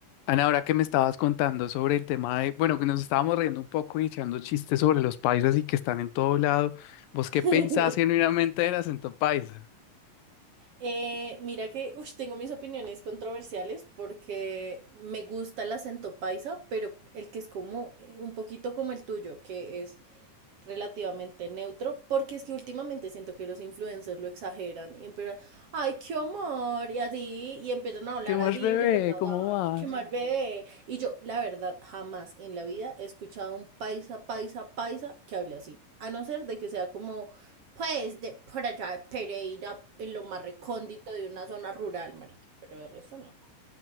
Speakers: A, on the left; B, on the right.
A: Ana, ahora que me estabas contando sobre el tema de, bueno, que nos estábamos riendo un poco y echando chistes sobre los paisas y que están en todo lado, ¿vos qué
B: <laughs>
A: pensás genuinamente del acento paisa?
B: Eh, mira que, ush, tengo mis opiniones controversiales porque me gusta el acento paisa, pero el que es como eh, un poquito como el tuyo, que es relativamente neutro, porque es que últimamente siento que los influencers lo exageran y empiezan, ay, qué amor, y así, y empiezan a hablar
A: ¿Qué más,
B: así,
A: bebé?
B: súper natural,
A: ¿Cómo vas?
B: qué mal bebé. Y yo, la verdad, jamás en la vida he escuchado a un paisa, paisa, paisa que hable así, a no ser de que sea como, pues, de por allá de Pereira, en lo más recóndito de una zona rural, marica, pero de resto no.